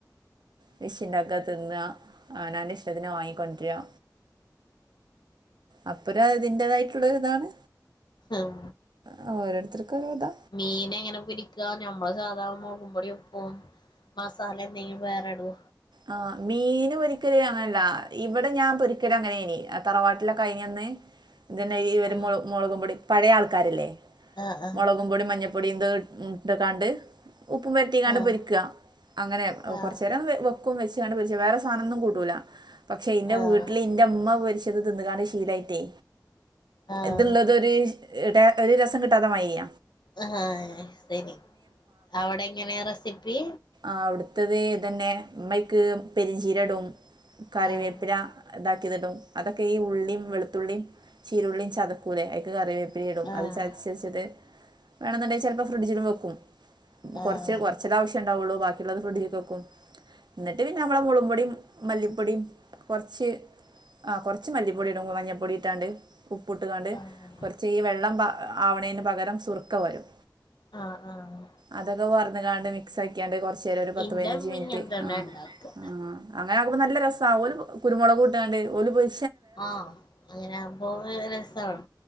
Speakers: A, on the right; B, on the left.
A: വെച്ച്ണ്ടാക്ക തിന്ന അവനാന്റഷ്ട്ടത്തിന് വാങ്ങികൊണ്ടര അപ്പര അതിന്റേതായിട്ടുള്ളൊരിതാണ്.
B: ഉം
A: ആ ഓരോരുത്തർക്കും ഓരോതാ.
B: മീനങ്ങനെ പൊരിക്കാ നമ്മള് സാധാ മൊളകും പൊടിം ഉപ്പും. മസാലന്തേ വേറെടോ?
A: ആഹ് മീന് പൊരിക്കല് അങ്ങനല്ല ഇവടെ ഞാൻ പൊരിക്കല് അങ്ങനെനി തറവാട്ടിലൊക്കെ ആയീനന്ന് ഇതന്നെ ഈ ഒരു
B: ആഹ്
A: മുള മുളകും പൊടി പഴയ ആൾക്കാരല്ലേ
B: ആഹ് ആഹ്
A: മൊപൊടിം, മഞ്ഞപ്പൊടിംഇന്ത ഉം ഇട്ട്കാണ്ട് ഉപ്പുംപെരട്ടികാണ്ട്
B: ആഹ്
A: പൊരിക്ക. അങ്ങനെ
B: ആഹ് ആഹ്
A: കൊർചേരം വെ വെക്കും വെച്ച്കാണ്ട് പൊരിച്ച വേറെ സാധനൊന്നും കൂട്ടൂല പക്ഷെ ഇന്റെ
B: ആഹ്
A: വീട്ടില് ഇൻ ന്റെമ്മ പൊരിച്ചത് തിന്ന്കാണ്ട് ശീലായിട്ടെ
B: ആഹ്
A: ഇത്ള്ളതൊരു ഇ ടെ ഒരു രസം കിട്ടാതെമയിയ.
B: ആഹാ സെരി അവിടെങ്ങനെയാ റെസിപ്പി?
A: അവ്‌ട്ത്തത് ഇതന്നെ ഇമ്മയ്ക്ക് പെരുംഞ്ചീരടും കറിവേപ്പില
B: ആഹ്
A: ഇതാക്കീയത്ടും അതൊക്കെ ഈ ഉള്ളിം വെളുത്തുള്ളിം ചീരുള്ളിം ചതക്കൂലെ അയ്ക്ക് കറിവേ വേഗം
B: ആഹ്
A: അത് ചര്ച്ച്ച്ചത് വേണന്നുണ്ടേ ചെൽപൊ ഫ്രിഡ്ജിലുംവെക്കും
B: ആഹ്
A: കൊർച്ച് കൊർ <unintelligible> ആവശ്യണ്ടാവുള്ളൂ ബാക്കിള്ളത് ഫ്രഡ്ജിക് വെക്കും. ന്നട്ട് പിന്നെ നമ്മളെ മൊളകുംപൊടിം മല്ലിപൊടിം കൊർച്ച് ആഹ് കൊർച്ച് മല്ലി പൊടിടും മഞ്ഞപ്പൊടിംട്ടാണ്ട് ഉപ്പുട്ട്കാണ്ട്
B: ആഹ്
A: കൊർച്ച്ഈ വെള്ളം പാ ആവ്ണെന് പകരം സുർക്ക പാരും
B: ആഹ്
A: അതൊക്കെ പാർന്ന്കാണ്ട് മിക്സാക്ക്യാണ്ട് കൊർച്ചേരം ഒരു പത്ത്
B: ഇന്റെമ്മ
A: പതിനഞ്ച് മിൻറ്റ്
B: ഇങ്ങൻതന്നെ
A: ആഹ്
B: ഇണ്ടാക്ക
A: ആഹ് അങ്ങനെ ആകുമ്പോ നല്ല രസാ ഓല് കുരുമുളകൂട്ടാണ്ട് ഓല് പൊര്
B: ആഹ് അങ്ങനാകുമ്പോ രസാണ്.